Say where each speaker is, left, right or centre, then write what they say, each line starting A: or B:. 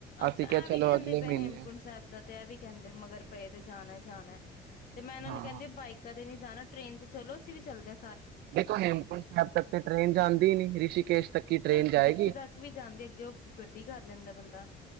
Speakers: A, on the left; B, on the right.
A: ਅੱਛਾ
B: ਅਸੀਂ ਕਿਹਾ
A: ਇਹ
B: ਚਲੋ
A: ਵੀ ਕਹਿੰਦੇ
B: ਅਗਲੇ
A: ਪਏ
B: ਮਹੀਨੇ
A: ਹੇਮਕੁੰਟ ਸਾਹਿਬ ਦਾ ਤੇ ਇਹ ਵੀ ਕਹਿੰਦੇ ਮਗਰ ਪਏਦੇ ਜਾਣਾ ਜਾਣਾ ਤੇ ਮੈਂ ਇਹਨਾਂ
B: ਹਾਂ
A: ਨੂੰ ਕਹਿੰਦੀ
B: ਹਾਂ
A: ਬਾਈਕਾਂ ਤੇ ਨੀ ਜਾਣਾ ਟ੍ਰੇਨ ਤੇ ਚਲੋ ਅਸੀਂ ਵੀ ਚੱਲਦੇ ਹ
B: ਦੇਖੋ ਹਿਮਕੁੰਟ ਸਾਹਿਬ ਤ ਟ੍ਰੇਨ ਜਾਂਦੀ ਹੀ ਨੀ ਰਿਸ਼ਿਕਸ਼ ਤੱਕੀ ਟ੍ਰੇਨ
A: ਚਲੋ
B: ਜਾਏਗੀ
A: ਜਿੱਥੇ ਤੱਕ ਵੀ ਜਾਂਦੀ ਅੱਗੇ ਉਹ ਗੱਡੀ ਕਰ ਲੈਂਦਾ ਬੰਦਾ